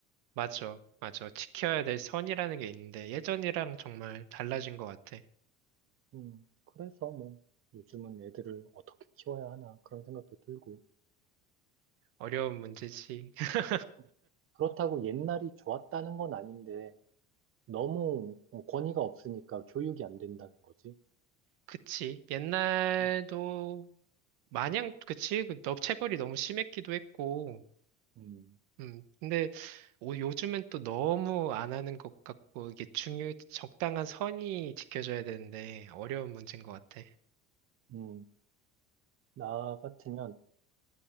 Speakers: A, on the right; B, on the right.
A: 맞아, 맞아. 지켜야 될 선이라는 게 있는데 예전이랑 정말 달라진 것 같아.
B: 음, 그래서 뭐 요즘은 애들을 어떻게 키워야 하나 그런 생각도 들고
A: 어려운 문제지. <laughs>
B: 어, 그렇다고 옛날이 좋았다는 건 아닌데 너무 어, 권위가 없으니까 교육이 안 된다는 거지.
A: 그치. 옛날도
B: 음,
A: 마냥 그치. 그 너- 체벌이 너무 심했기도 했고.
B: 음,
A: 음, 근데 오- 요즘은 또 너무 안 하는 것 같고 이게 중요 적당한 선이 지켜져야 되는데 어려운 문제인 것 같아.
B: 음, 나 같으면